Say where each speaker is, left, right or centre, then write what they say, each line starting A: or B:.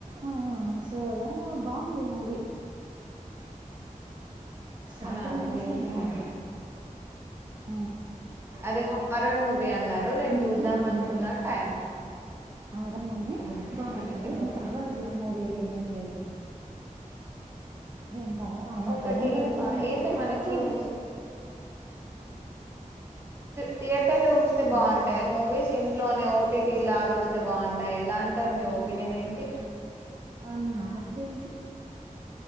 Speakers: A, on the right; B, on the right.
A: ఆ సో అలా బావుంది మూవీ స్టార్టింగ్
B: మన
A: నుంచినెబాగుంది.
B: ఇదేంటి మన
A: ఆ
B: అదే హారర్ మూవీ అన్నారు నేను
A: నుంచి
B: చూద్దాం
A: బాగుంది
B: అనుకున్న టైం
A: రర్ మూవీ
B: ఉమ్
A: బాగుంది
B: మనకి
A: మళ్ళీ
B: మూ-
A: అంత హారర్ మూవీ అయితే ఎమ్ లేదు ఎ అంత అంత
B: ఒకటి
A: భయంగ అయితే
B: ఆ,
A: ఏం
B: ఏంటి
A: లేదు
B: మనకి
A: చూడచ్చు.
B: థియేటర్లో చూస్తే బాగుంటాయ
A: చెప్పండి
B: మూవీస్ ఇన్ ఇంట్లోనే ఓటీటీలా చూస్తే బాగుంటాయి ఎలా అంటారు. మీ ఒపీనియన్ ఏంటి
A: అ నాక్ తెలిసి